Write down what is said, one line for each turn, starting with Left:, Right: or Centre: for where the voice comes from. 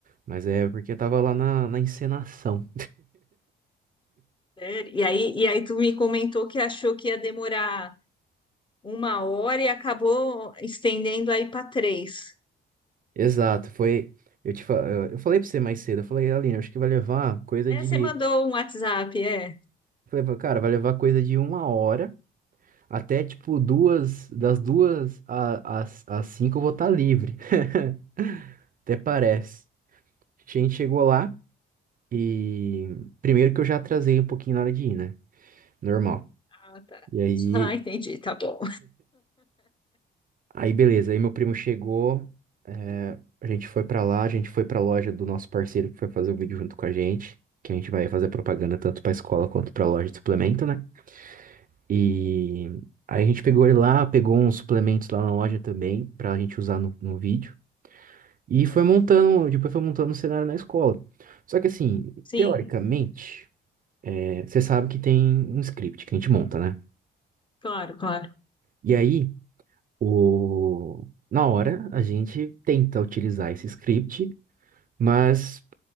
Right: mas é porque eu tava lá na, na encenação.
Left: Sério? E aí e aí tu me comentou que achou que ia demorar uma hora e acabou estendendo aí para três.
Right: Exato, foi. Eu te, fa- eu eu falei pra você mais cedo, eu falei, Aline, acho que vai levar coisa
Left: É,
Right: de.
Left: você mandou
Right: eu
Left: um WhatsApp, é?
Right: Falei, cara, vai levar coisa de uma hora até tipo duas, das duas a- às às cinco eu vou estar livre. <laughs> Até parece. A gente chegou lá e primeiro que eu já atrasei um pouquinho na hora de ir, né? Normal.
Left: Ah, tá.
Right: E aí
Left: Ah, entendi, tá bom.
Right: Aí beleza, aí meu primo chegou, é, a gente foi pra lá, a gente foi pra loja do nosso parceiro que foi fazer o vídeo junto com a gente, que a gente vai fazer propaganda tanto pra escola quanto pra loja de suplemento, né? E aí a gente pegou ele lá, pegou uns suplementos lá na loja também, pra gente usar no, no vídeo, e foi montando, depois foi montando um cenário na escola. Só que assim,
Left: Sim,
Right: teoricamente, é, você sabe que tem um script que a gente monta, né?
Left: claro, claro.
Right: E aí, o... na hora, a gente tenta utilizar esse script Mas